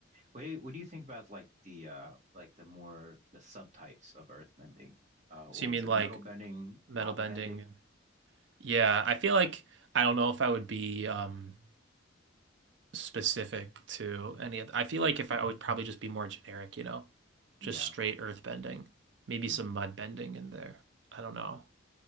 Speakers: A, on the right; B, on the right.
A: What do you, what do you think about like the uh like the more the subtypes of earth bending? Uh, what
B: So you mean
A: was it?
B: like
A: Metal bending,
B: metal
A: lava
B: bending?
A: bending?
B: Yeah, I feel like I don't know if I would be um specific to any of I feel like if I, I would probably just be more generic, you know. Just
A: Yeah.
B: straight earth bending. Maybe
A: Mm.
B: some mud bending in there. I don't know.